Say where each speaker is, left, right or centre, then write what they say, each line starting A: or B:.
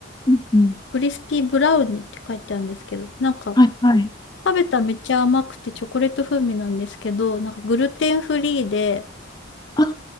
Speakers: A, on the left; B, on the left.
A: うんうん。
B: クリスピーブラウニーって書いてあるんですけど、なんか、
A: はいはい。
B: 食べたらめっちゃ甘くてチョコレート風味なんですけど、なんかグルテンフリーで、
A: あ